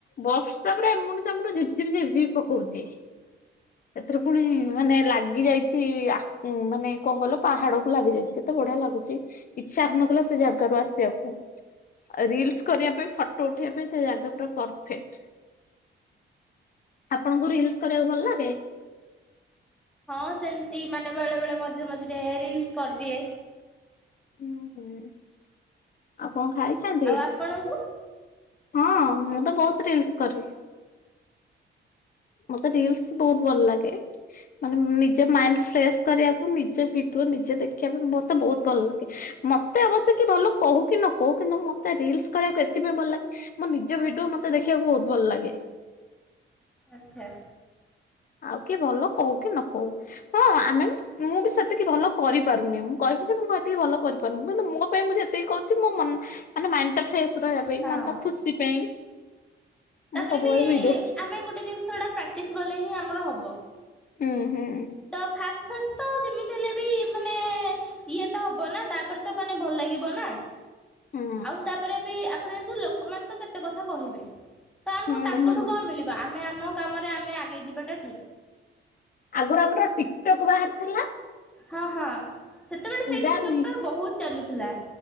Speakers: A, on the left; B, in the centre.
A: ବର୍ଷା ପୂରା ଏମୁଣ୍ଡୁ ସେମୁଣ୍ଡୁ ଝିପ୍ ଝିପିି ଝିପ୍ ଝିପି ପକଉଛିି ସେଥିରେ ପୁଣି ମାନେ ଲାଗି ଯାଇଛି ଆ ଉୁଁ ମାନେ କଂ କଲ ପାହାଡ କୁ ଲାଗି ଯାଇଛି କେତେ ବଢିଆ ଲାଗୁଛି ଇଚ୍ଛା ହନଥିଲା ସେ ଜାଗାରୁ ଆସିବାକୁ। ରିଲସ କରିବା ପାଇଁ ଫଟୋ ଉଠେଇ ପାଇଁ ସେ ଜାଗା ପୁରା ପରଫେକ୍ଟ। ଆପଣଙ୍କୁ ରିଲସ କରିବାକୁ ଭଲ ଲାଗେ।
B: ହଁ ସେମିତି ମାନେ ବେଳେ ବେଳେ ମଝିରେ ମଝିରେ ରିଲସ କରିଦିଏ।
A: ଓ ହୋ ଆଉ ଙ୍କ ଖାଇଛନ୍ତି?
B: ଆଉ ଆପଣଙ୍କୁ?
A: ହଁ ମୁଁ ତ ବହୁତ ରିଲ୍ସ କରେ। ମତେ ରିଲ୍ସ ବହୁତ ଭଲ ଲାଗେ। ମାନେ ମ ନିଜ ମାଇଣ୍ଡ ଫ୍ରେଶ କରିବାକୁ ନିଜେ ଭିିତଓ ନିଜେ ଦେଖିବାକୁ ମତେ ବହୁତ ଭଲ ଲାଗେ। ମତେ ଅବଶ୍ୟ କି ଭଲ କହୁ କି ନ କହୁ କିନ୍ତୁ ମତେ ରିଲସ କରିବାକୁ ଏଥିପାଇଁ ଭଲ ଲାଗେ ମୋ ନିଜ ଭିଡିଓ ମତେ ଦେଖିବାକୁ ବହୁତ ଭଲ ଲାଗେ।
B: ଆଛା।
A: ଆଉ କିଏ ଭଲ କହୁ କି ନ କହୁ ହଁ ଆମେ ମୁଁ ବି ସେତିକି ଭଲ କରିପାରୁନି ମୁ କହିବି ଯେ ମୁଁ ଏତିକି ଭଲ କରିପାରୁନି କିନ୍ତୁ ମୋ ପାଇଁ ମୁ ଯେତିକି କରୁଚି ମୋ ମନ ମାନେ ମାଇଣ୍ଡ ଟା ଫ୍ରେଶ ରହିବା ପାଇଁ
B: ହଁ
A: ମନ ଖୁସି ପାଇଁ। ମୁଁ
B: ତାପରେ
A: ସବୁବେଳେ
B: ବି
A: ଭିଡିଓ
B: ଆମେ ଗୋଟେ ଜିନିଷ ଏଟା ପ୍ରାକ୍ଟିସ କଲେ ହିଁ ଆମର ହବ।
A: ହୁଁ ହୁଁ।
B: ତ ଫାଷ୍ଟ ଫାଷ୍ଟ ତ ଯେମିତି ହେଲେ ବି ମାନେ ଇଏ ତ ହବ ନା ତାପରେ ତ ମାନେ ଭଲ ଲାଗିବ ନା।
A: ହୁଁ
B: ଆଉ ତାପରେ ବି ଆପଣ ଜଣିଛ ଲୋକମାନେ ତ କେତେ କଥା କହିବେ ତ
A: ହୁଁ
B: ମୁଁ ତାଙ୍କଠୁ
A: ହୁଁ
B: କଣ ମିଳିବି ଆମେ ଆମ କାମରେ ଆମେ ଆଗେଇ ଯିବାଟା ଠିକ୍
A: ଆଗରୁ ଆମର ଟିକଟକ୍ ବାହାରି ଥିଲା
B: ହଁ ହଁ ସେତେବେଳେ ସେଇ
A: ବ୍ୟାନ
B: ଟିକଟକ୍
A: ହେଇ
B: ଟା ବହୁତ ଚାଲୁଥିଲା